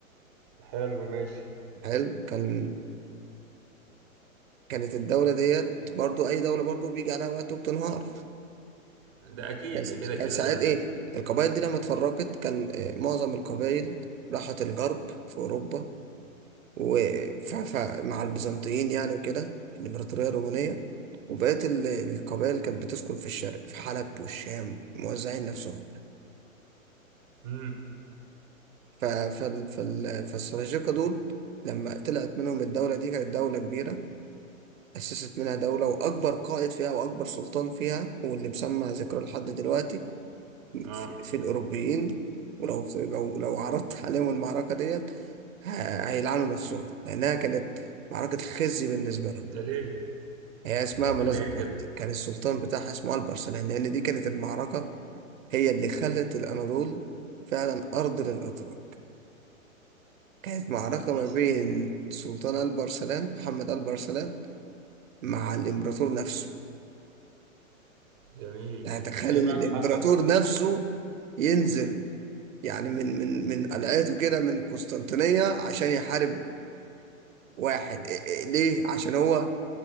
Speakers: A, on the right (about 25°); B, on the right (about 70°).
A: حلو، ماشي
B: حلو كان كانت الدولة ديت برضو أي دولة برضو بيجي عليها وقت وبتنهار
A: ده اكيد
B: كان
A: ده كده
B: كان
A: كده
B: ساعات
A: لازم
B: إيه
A: يحصل
B: القبائل دي لما اتفرقت كان آه، معظم القبائل راحت الغرب في أوروبا ومع البيزنطيين يعني وكده في الإمبراطورية الرومانية وبقيت ال- القبائل كانت بتسكن في الشرق في حلب والشام موزعين نفسهم
A: امم
B: ف- فال فال فالسلاجقة دول لما طلعت منهم الدولة دي كانت دولة كبيرة أسست منها دولة وأكبر قائد فيها وأكبر سلطان فيها واللي مسمع ذكره لحد دلوقتي
A: اه
B: في, في الأوروبيين ولو لو لو عرضت <laughs> عليهم المعركة ديت ه- هيلعنوا نفسهم لأنها كانت معركة خزي بالنسبة لهم
A: ده ليه
B: هي اسمها
A: ده
B: ما لا
A: ليه
B: ذكرت
A: كده
B: كان السلطان بتاعها اسمه البرسلان لأن دي كانت المعركة هي اللي خلت الأناضول فعلا أرض للأتراك كانت معركة
A: اصلا
B: ما بين سلطان البرسلان محمد البرسلان مع الإمبراطور نفسه
A: جميل
B: يعني تخيل
A: ايه
B: إن
A: بقى
B: الإمبراطور
A: اللي حصل
B: نفسه ينزل يعني من من من قلعته كده من قسطنطينية عشان يحارب واحد إيه- إيه- ليه؟ عشان هو آه،